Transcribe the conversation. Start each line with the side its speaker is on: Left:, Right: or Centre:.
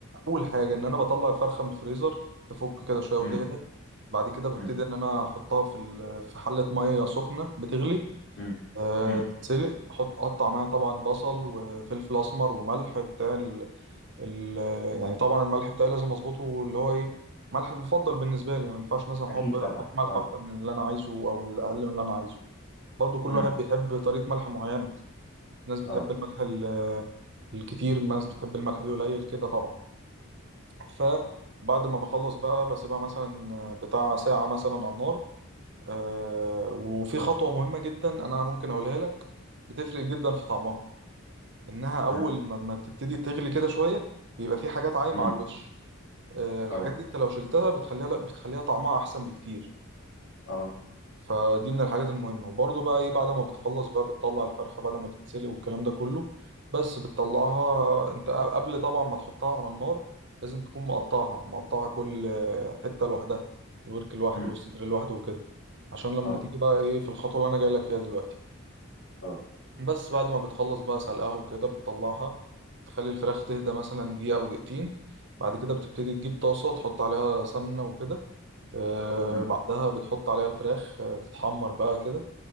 Right: اول حاجه ان انا بطلع الفرخه من الفريزر تفك كده شويه
Left: امم
Right: وتهدى بعد كده ببتدي
Left: امم
Right: ان انا احطها في ال- في حله ميه سخنه بتغلي
Left: امم
Right: أه
Left: امم
Right: تتسلق احط اقطع معاها طبعا بصل وفلفل اسمر وملح بتاع ال- يعني طبعا الملح بتاعي لازم اظبطه اللي هو ايه ملح المفضل بالنسبه لي يعني ما ينفعش مثلا
Left: اكيد
Right: احب احط
Left: طبعا
Right: ملح
Left: اه
Right: اكتر من اللي انا عايزه او الاقل من اللي انا عايزه برضه كل
Left: امم
Right: واحد بيحب طريقه ملح معينه في ناس بتحب
Left: اه
Right: الملح ال- الكتير ناس بتحب الملح القليل كده طبعا فبعد ما بخلص بقى بسيبها مثلا بتاع ساعه مثلا على النار آه، وفي خطوه مهمه جدا انا ممكن اقولها لك بتفرق جدا في طعمها انها اول
Left: امم
Right: ما ما تبتدي تغلي كده شويه بيبقى في حاجات عايمه
Left: امم
Right: على الوش آه، الحاجات
Left: اه
Right: دي انت لو شلتها بتخليها لا بتخليها طعمها احسن بكتير
Left: اه
Right: فدي من الحاجات المهمه وبرضه بقى ايه بعد ما بتخلص بقى بتطلع الفرخه بعد ما تتسلق والكلام ده كله بس بتطلعها انت قبل طبعا ما تحطها على النار لازم تكون مقطعها مقطعها كل آه، حته لوحدها الورك لوحده
Left: امم
Right: والصدر لوحده وكده عشان لما
Left: اه
Right: تيجي بقى ايه في الخطوه اللي انا جاي لك فيها دلوقتي
Left: اه
Right: بس بعد ما بتخلص بقى سلقها وكده بتطلعها تخلي الفراخ تهدى مثلا دقيقه او دقيقتين بعد كده بتبتدي تجيب طاسه تحط عليها سمنه وكده آه،
Left: امم
Right: بعدها بتحط عليها الفراخ آه، تتحمر بقى كده